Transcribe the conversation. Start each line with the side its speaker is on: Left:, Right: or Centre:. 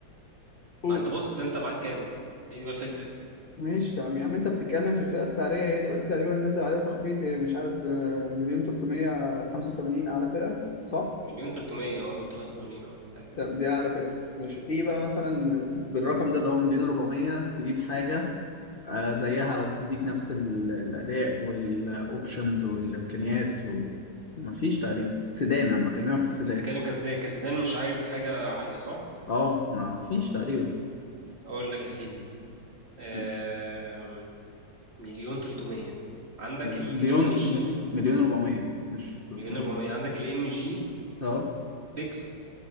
Left: قول
Right: ما انت بص انت معاك كام هي دي بقى الفكره
Left: ماشي تمام يا عم انت بتتكلم في الفئة السعرية هي دلوقتي تقريبا نازل عليها تخفيض هي مش عارف آه، مليون 385 أعلى فئة صح؟
Right: مليون تلتمية اه مليون تلتمية وثمانين اه حاجه كده
Left: طب دي أعلى فئة ماشي إيه بقى مثلا بالرقم ده اللي هو مليون ربعمية تجيب حاجة آه، زيها أو تديك نفس ال- الأداء والأوبشنز والإمكانيات ومفيش تقريبا سيدان أنا بكلمك في سيدان
Right: انت بتتكلم كسدان كسدان مش عايز حاجه عاليه صح
Left: أه مفيش تقريبا
Right: اقول لك يا سيدي آم،
Left: م-
Right: مليون تلتمية عندك الام
Left: مليون
Right: جي
Left: م- مليون ربعمية مش 300
Right: مليون 400 عندك الام جي
Left: أه
Right: 6